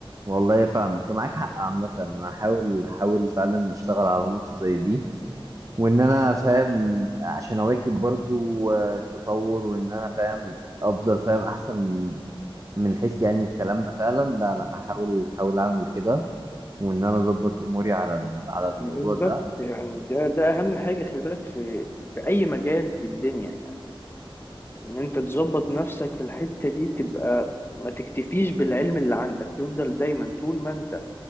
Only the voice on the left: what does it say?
بالظبط
يعني ده ده اهم حاجه خلي بالك في في اي مجال في الدنيا يعني ان انت تظبط نفسك في الحتة دي تبقى ما تكتفيش بالعلم اللي عندك تفضل دايما طول ما انت